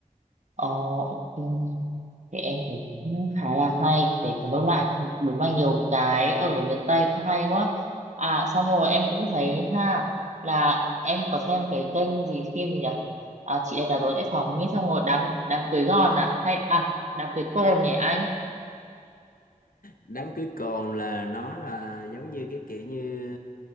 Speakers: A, on the right (about 55°); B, on the left (about 80°).
A: Ồ, ok. thì em thấy cũng khá là hay để phải đôn lại đúng là nhiều cái ở miền Tây cũng hay quá à xong rồi em cũng thấy ha là em có xem cái kênh gì phim gì nhỉ à, chị đẹp đã tối sẽ phòng ấy xong rồi đám đám cưới gòn à hay à đám cưới côn nhỉ anh
B: đám cưới cồn là nó là giống như cái kiểu như